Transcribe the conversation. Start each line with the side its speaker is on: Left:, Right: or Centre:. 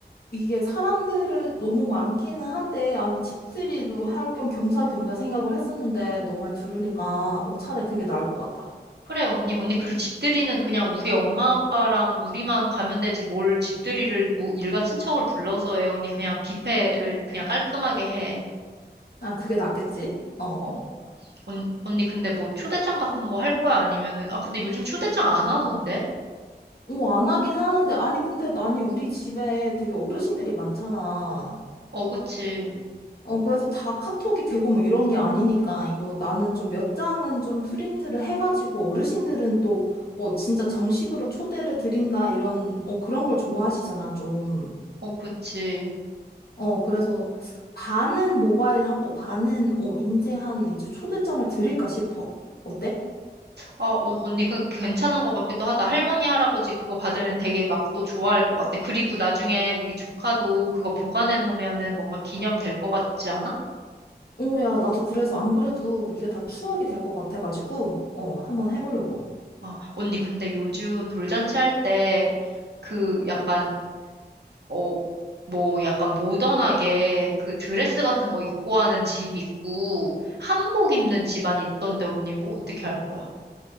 Left: 이게 사람들을 너무 많기는 한데, 아니, 집들이도 할 겸 겸사겸사 생각을 했었는데, 너 말 들으니까, 어, 차라리 그게 나을 것 같다.
Right: 그래, 언니, 언니, 그리고 집들이는 그냥 우리 엄마, 아빠랑 우리만 가면 되지. 뭘 집들이를, 뭐, 일가 친척을 불러서 해. 언니, 그냥 뷔페를 그냥 깔끔하게 해.
Left: 아, 그게 낫겠지? 어.
Right: 어. 언, 언니, 근데 뭐, 초대장 같은 거 할 거야? 아니면은, 아, 근데 요즘 초대장 안 하던데?
Left: 어, 안 하긴 하는데, 아니, 근데, 아니, 우리 집에 되게 어르신들이 많잖아.
Right: 어, 그치.
Left: 어, 그래서 다 카톡이 되고 뭐 이런 게 아니니까, 이거 나는 좀 몇 장은 좀 프린트를 해가지고, 어르신들은 또, 어, 진짜 정식으로 초대를 드린다, 이런, 어, 그런 걸 좋아하시잖아, 좀.
Right: 어, 그치.
Left: 어, 그래서 반은 모바일하고 반은 어, 인쇄한 이제 초대장을 드릴까 싶어. 어때?
Right: 아, 오- 언니, 그 괜찮은 것 같기도 하다. 할머니, 할아버지 그거 받으면 되게 막 또 좋아할 것 같아. 그리고 나중에 우리 조카도 그거 보관해 놓으면은 뭔가 기념 될 것 같지 않아?
Left: 어, 야, 나도 그래서 안 그래도 이게 다 추억이 될 것 같아가지고, 어, 한번 해보려고.
Right: 아, 언니, 근데 요즘 돌잔치 할 때 그 약간, 어, 뭐 약간 모던하게 그 드레스 같은 거 입고 하는 집 있고 한복 입는 집안 있던데 언니 뭐 어떻게 할 거야?